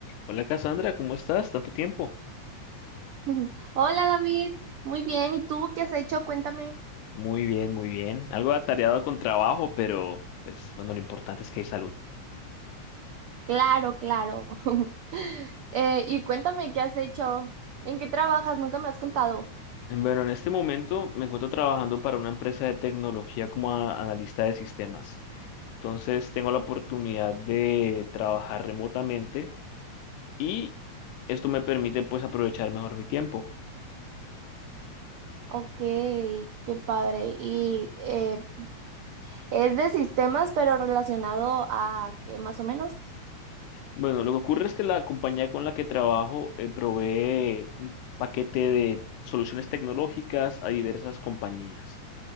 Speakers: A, on the left (about 85°); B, on the right (about 80°).
A: Hola Cassandra, ¿cómo estás? ¿Tanto tiempo?
B: <laughs> Ujú. Hola David, muy bien. ¿Y tú qué has hecho? Cuéntame.
A: Muy bien, muy bien. Algo atareado con trabajo, pero pues bueno, lo importante es que hay salud.
B: Claro, claro. <laughs> Eh, y cuéntame qué has hecho. ¿En qué trabajas? Nunca me has contado.
A: Bueno, en este momento me encuentro trabajando para una empresa de tecnología como a- analista de sistemas. Entonces tengo la oportunidad de trabajar remotamente y esto me permite pues aprovechar mejor mi tiempo.
B: Ok, qué padre. Y eh, es de sistemas, pero relacionado a qué más o menos.
A: Bueno, lo que ocurre es que la compañía con la que trabajo eh, provee un paquete de soluciones tecnológicas a diversas compañías.